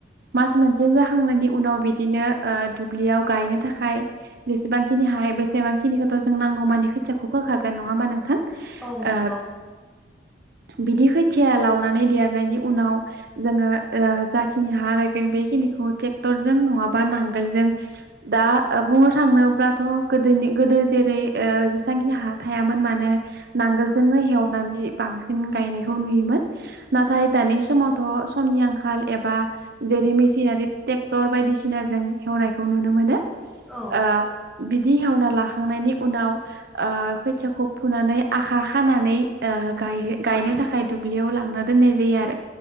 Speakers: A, on the right; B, in the centre.
A: मास मोनसे जाखांनायनि उनाव बिदिनो ओ दुब्लियाव गायनो थाखाय जेसेबांखिनि हायो बेसेबां खिनिखौथ' जों नांगौमानि खोथियाखौ फोखागोन नङा होमबा नोंथां?
B: औ नंगौ।
A: ओ बिदि खोथिया लावनानै देरनायनि उनाव जोङो ओ जाखिनि हा लायगोन बेखिनिखौ ट्रेक्टरजों नङाबा नांगोलजों दा ओ बुंनो थाङोब्लाथ' गोदोनि गोदो जेरै ओ जेसेबांखि हा थायामोन मानो नांगोलजोंनो हेवनानै बांसिन गायनायखौ नुयोमोन। नाथाय दानि समावथ' समनि आंखाल एबा जेरै मेसिनारि ट्रेक्टर बायदिसिनाजों हेवनायखौ नुनो मोनो।
B: औ
A: ओ बिदि हेवना लाखांनायनि उनाव ओ खोथियाखौ फुनानै आखा खानानै ओ गाय गायनो थाखाय दुब्लियाव लांना दोननाय जायो आरो।